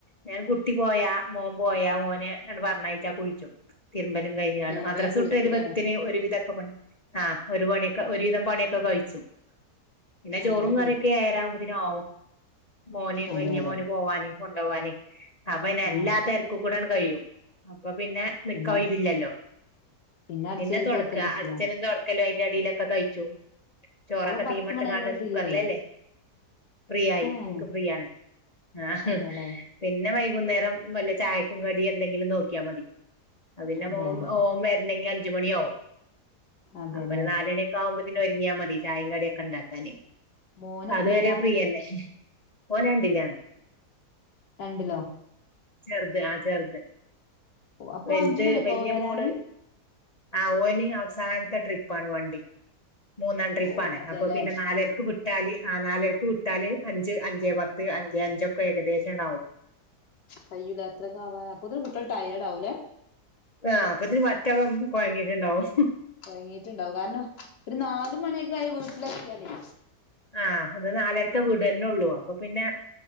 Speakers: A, on the left; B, on the left.
A: ഞാൻ കുട്ടി പോയ മോ.. പോയാ ഓനെ ആണ്ട് പർണയച്ച കുഴിച്ചു.. തിരുമ്പലും കഴിഞ്ണ്ട്
B: ഏഹ്
A: മദ്രാസട്ട്
B: വേഗം കുളിക്കൂലേ
A: വരുബത്തിന്
B: ആഹ്
A: ഒരു വിധൊക്കെപണി.. ആഹ് ഒരു പണിയൊക്കെ ഒരുവിധം പണിയൊക്കെ കഴിച്ചു.. പിന്നെ ചോറും
B: എന്നിട്ട്
A: കറിയൊക്കെ
B: കുളിക്കും
A: എയരാ ആവുമ്പതിനാവും.. മോന്
B: അതെ
A: വല്ല്യ
B: അതെ
A: മോന് പോവാന് കൊണ്ടവാന് അപ്പൊ പിന്നെ
B: ആഹ്
A: എല്ലാ തെര്.. കുകൂടാണ്ട് കയും അപ്പൊ പിന്നെ.. നിക്ക
B: പിന്നെ
A: ഒയിവില്ലല്ലോ
B: അടി അടിച്ചേരി
A: പിന്നെ തോടക്ക
B: തോത്തല്ലേ ചെയ്യാ
A: അടിച്ചലും തോടക്ക.. കലും അയിന്റെ അടിലൊക്കെ കഴിച്ചു ചോറൊക്കെ
B: അപ്പൊ പത്ത്
A: തീമട്ട്കാണ്ട്.
B: മണി നിങ്ങൾ ഫ്രീ
A: കുക്കറിലല്ലേ..
B: ആയി
A: ഫ്രീ യായി.
B: ഏഹ്
A: എനിക്ക് ഫ്രീ ആണ് ആഹ്
B: അതെല്ലേ
A: പിന്നെ വൈകുന്നേരം.. വല്ലേ ചായക്കു കടി എന്തെങ്കിലും നോകിയ മതി.. അതിന്നെ
B: അതെ
A: ഓം
B: അതെ
A: ഓം വരുന്നെങ്കിൽ അഞ്ചുമണിയാവും..
B: അതെല്ലേ
A: അപ്പൊരു നാലണിയൊക്കെ ആവുമ്പോതിന് ഒരുങ്ങിയാ മതി ചായി കടിക്കെ ണ്ടാക്കാന്
B: മോന്
A: അത്വാര..
B: എത്രയിലാ
A: എന്നെഷ്ഷ് ഓനണ്ടില്ലാന്ന്..
B: രണ്ടിലോ..
A: ചെറുത്. ആ ചെറുത്..
B: അപ്പൊ
A: വലുത്
B: അഞ്ച് മണിയൊക്കെ
A: വല്ല്യ
B: ആവോ വരാന്
A: മോള് ആ വോനി അവസാൻത്തെ ട്രിപ്പാണ് വണ്ടി.. മൂന്നാം ട്രിപ്പാണ്
B: ഓ അതെല്ലേ
A: അപ്പൊ പിന്നെ നാലര്ക്ക് വ് ട്ടാല് ആ നാലര്‌ക്ക്‌വിട്ടാല് അഞ്ച് അഞ്ചേപത്ത് അഞ്ചെ അഞ്ചൊക്കെ ഏകദേശണ്ടാവും.
B: കയ്യൂല അത്രൊക്കെ ആവാന് അപ്പോത്തിന് കുട്ട്യോള് ടയേഡാ ആവുല്ലേ?
A: ആ അപ്പൊത്തിന് പറ്റെ കൊയ്ങ്ങീട്ട്ണ്ടാവും.
B: കൊയ്ങ്ങീട്ട്ണ്ടാവും കാരണം ഒരു ന്നാല്മണിയൊക്കെ ആയി വീട്ട്‌ലെ ത്യാലേ
A: ആ അത് നാലരക്ക വീടന്നെ ഒള്ളൂ അപ്പൊ പിന്നെ